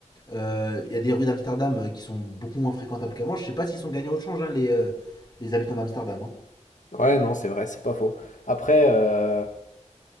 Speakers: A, on the left; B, on the left.
A: Euh, Il y a des rues d'Amsterdam euh, qui sont beaucoup moins fréquentables qu'avant. Je sais pas s'ils sont gagnés au change, hein, les, euh, les habitants d'Amsterdam. hein.
B: Ouais, non, c'est vrai, c'est pas faux. Après, euh,